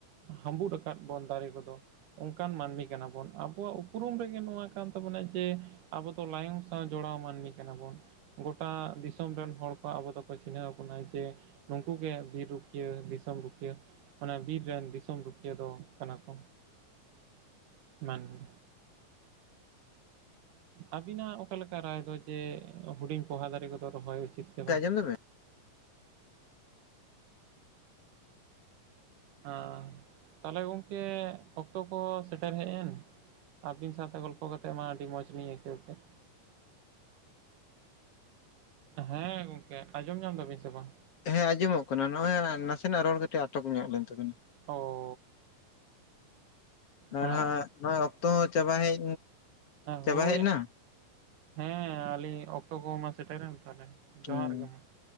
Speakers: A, on the right; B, on the left.
A: ᱦᱟᱸᱵᱩᱫ ᱟᱠᱟᱫ ᱵᱚᱱ ᱫᱟᱨᱮ ᱠᱚᱫᱚ ᱚᱱᱠᱟᱱ ᱢᱟᱹᱱᱢᱤ ᱠᱟᱱᱟ ᱵᱚᱱ ᱟᱵᱚᱣᱟᱜ ᱩᱯᱨᱩᱢ ᱨᱮᱜᱮ ᱱᱚᱣᱟ ᱠᱟᱱ ᱛᱟᱵᱚᱱᱟ ᱡᱮ ᱟᱵᱚ ᱫᱚ ᱞᱟᱭᱚᱝ ᱥᱟᱶ ᱡᱚᱲᱟᱣ ᱢᱟᱹᱱᱢᱤ ᱠᱟᱱᱟ ᱵᱚᱱ ᱜᱚᱴᱟ ᱫᱤᱥᱚᱢ ᱨᱮᱱ ᱦᱚᱲ ᱠᱚ ᱟᱵᱚ ᱫᱚᱠᱚ ᱪᱤᱱᱦᱟᱹᱣ ᱵᱚᱱᱟ ᱡᱮ ᱱᱩᱠᱩ ᱜᱮ ᱵᱤᱨ ᱨᱩᱠᱷᱤᱭᱟᱹ ᱫᱤᱥᱚᱢ ᱨᱩᱠᱷᱤᱭᱟᱹ ᱚᱱᱟ ᱵᱤᱨ ᱨᱮᱱ ᱫᱤᱥᱚᱢ ᱨᱩᱠᱷᱭᱤᱭᱟᱹ ᱫᱚ ᱠᱟᱱᱟ ᱠᱚ ᱢᱟᱹᱱᱢᱤ᱾ ᱟᱹᱵᱤᱱᱟᱜ ᱚᱠᱟ ᱞᱮᱠᱟ ᱨᱟᱭ ᱫᱚ ᱡᱮ ᱦᱩᱰᱤᱧ ᱯᱚᱦᱟ ᱫᱟᱨᱮ ᱠᱚᱫᱚ ᱨᱚᱦᱚᱭ ᱩᱪᱤᱛ᱾ ᱥᱮ ᱵᱟᱝ
B: ᱜᱚᱝᱠᱮ ᱟᱡᱚᱢ ᱫᱟᱵᱤᱱ᱾
A: ᱦᱟᱸ ᱛᱟᱦᱚᱞᱮ ᱜᱚᱢᱠᱮ ᱚᱠᱛᱚ ᱠᱚ ᱥᱮᱴᱮᱨ ᱦᱮᱡ ᱮᱱ᱾ ᱟᱹᱵᱤᱱ ᱥᱟᱶᱛᱮ ᱜᱚᱞᱯᱚ ᱠᱟᱛᱮᱜ ᱢᱟ ᱟᱹᱰᱤ ᱢᱚᱸᱡᱽ ᱞᱤᱧ ᱟᱹᱭᱠᱟᱹᱣ ᱠᱮᱫ᱾
B: <inaudible>
A: ᱦᱮᱸ ᱜᱚᱝᱠᱮ ᱟᱸᱡᱚᱢ ᱧᱟᱢ ᱫᱟᱵᱤᱱ ᱥᱮ ᱵᱟᱝ?
B: ᱦᱮᱸ ᱟᱸᱡᱚᱢᱚᱜ ᱠᱟᱱᱟ ᱱᱚᱜ-ᱚᱭ ᱱᱟᱥᱮᱱᱟᱜ ᱨᱚᱲ ᱠᱟᱹᱴᱤᱡ ᱟᱴᱚᱠ ᱧᱚᱜ ᱞᱮᱱ ᱛᱟᱵᱮᱱᱟ᱾
A: ᱳ
B: ᱟᱨ
A: ᱦᱟᱸᱜ
B: ᱦᱟᱜ ᱱᱚᱣᱟ ᱚᱠᱛᱚ ᱦᱚ ᱪᱟᱵᱟ ᱦᱮᱡ᱾ ᱪᱟᱵᱟ
A: ᱦᱳᱭ
B: ᱦᱮᱡ ᱮᱱᱟ
A: ᱦᱮᱸ ᱟᱹᱞᱤᱧ ᱚᱠᱛᱚ ᱠᱚᱦᱚ ᱢᱟ ᱥᱮᱴᱮᱨᱮᱱ ᱛᱟᱦᱚᱞᱮ᱾
B: ᱦᱩᱸ
A: ᱡᱚᱦᱟᱨ ᱜᱮ ᱢᱟ